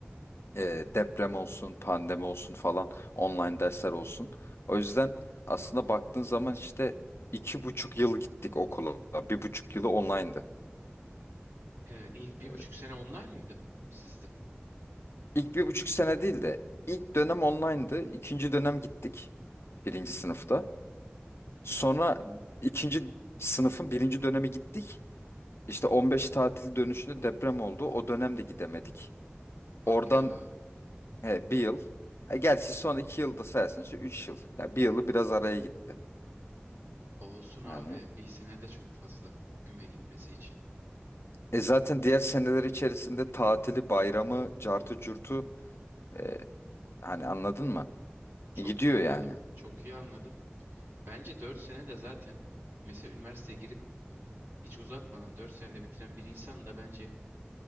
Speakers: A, on the left (about 80°); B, on the right (about 80°).
A: e, deprem olsun, pandemi olsun falan. Online dersler olsun. O yüzden aslında baktığın zaman işte iki buçuk yıl gittik okula. Bir buçuk yılı online'dı.
B: e, ilk bir
A: E,
B: buçuk sene online mıydı sizde?
A: İlk bir buçuk sene değil de ilk dönem online'dı. İkinci dönem gittik birinci sınıfta.
B: Hı hı.
A: Sonra ikinci sınıfın birinci dönemi gittik. İşte 15 tatil dönüşünde deprem oldu. O dönem de gidemedik.
B: Bak
A: Oradan
B: ya
A: he, bir yıl. E, gerçi son iki yılda sayarsın işte üç yıl. Ya bir yılı biraz araya gitti.
B: olsun abi
A: Yani
B: bir sene de çok fazla güme gitmesi için.
A: e, zaten diğer seneler içerisinde tatili, bayramı, cartı curtu e, hani anladın mı?
B: Çok
A: Gidiyor
B: iyi anladım,
A: yani.
B: çok iyi anladım. Bence dört sene de zaten mesela üniversiteye girip hiç uzatmadan dört senede bitiren bir insan da bence